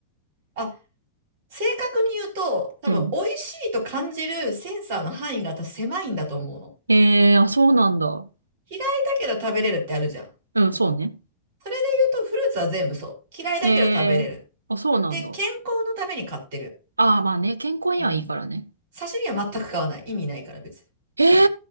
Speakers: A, on the right (about 50°); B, on the right (about 80°).
A: あ、正確に言うと、多分、
B: うん。
A: 美味しいと感じるセンサーの範囲が私狭いんだと思うの。
B: えー、あ、そうなんだ。
A: 嫌いだけど食べれるってあるじゃん。
B: うん、そうね。
A: それで言うと、フルーツは全部そう。嫌いだけど食べれる。
B: えー、あ、そうなんだ。
A: で、健康のために買ってる。
B: ああ、まあね、健康にはいいからね。
A: うん。刺身は全く買わない。意味ないから別に。そんな。
B: えー、